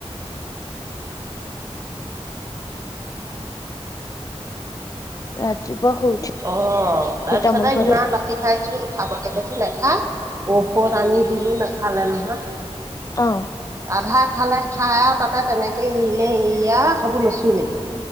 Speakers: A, on the right; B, on the left.
A: <inaudible>
B: ৰাতিপুৱা শুই উঠি
A: অ' তাৰপিছতে
B: তামোল খোৱাটো
A: ইমান বাচি খাইছো খাবলৈ কৈছো নাখা। ঔষধ আনি দিলো নাখালে নহয়।
B: অহ
A: আধা খালে খাই আৰু তাতে তেনেকে এৰিলে এৰি আৰু হেই বোৰ নুচুলেই।